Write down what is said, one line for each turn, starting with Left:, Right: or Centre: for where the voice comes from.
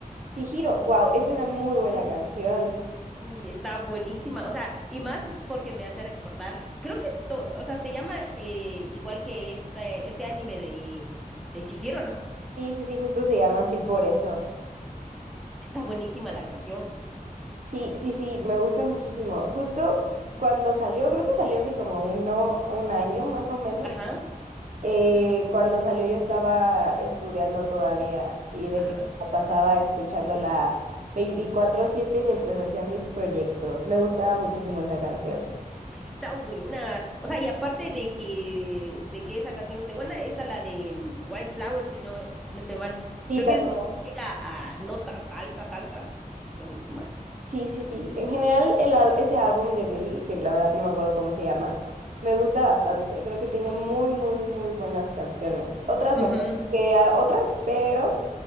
Right: Chihiro, wow, es una muy buena canción.
Centre: Y está buenísima, o sea, y más porque me hace recordar, creo que, to- o sea, se llama eh, igual que este, este anime de, de Chihiro, ¿no?
Right: Sí, sí, sí, justo se llama así por eso.
Centre: <laughs> Está buenísima la canción.
Right: Sí, sí, sí, me gusta muchísimo. Justo cuando salió, creo que salió hace como uno, un año más o menos.
Centre: Ajá,
Right: eh, cuando salió yo estaba estudiando todavía y de
Centre: ajá.
Right: que la pasaba escuchándola veinticuatro siete mientras hacía mis proyectos. Me gustaba muchísimo esa canción.
Centre: Es que sí está buena. O sea, y aparte de que, de que esa canción esté buena, está la de mm, White Flower, si no, si no estoy mal.
Right: Sí,
Centre: Creo
Right: también.
Centre: que es donde llega a notas altas, altas. Está buenísima.
Right: Sí, sí, sí. En general, el, al- ese álbum de Billy, que la verdad no me acuerdo cómo se llama, me gusta bastante. Creo que tiene muy, muy, muy buenas canciones. Otras
Centre: Ujú.
Right: mejores que ah, otras, pero